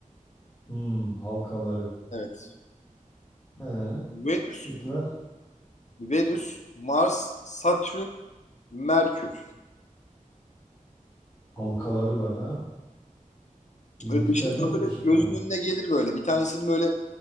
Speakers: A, on the left (about 20°); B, on the left (about 55°).
A: Hmm, halkaları.
B: Evet.
A: He,
B: Venüs,
A: şıklar.
B: Venüs, Mars, Satürn, Merkür.
A: Halkaları var ha. Jüpiter
B: Böyle dışından
A: yok
B: böyle
A: mu şıklarda?
B: gözün önüne gelir böyle. Bir tanesinin böyle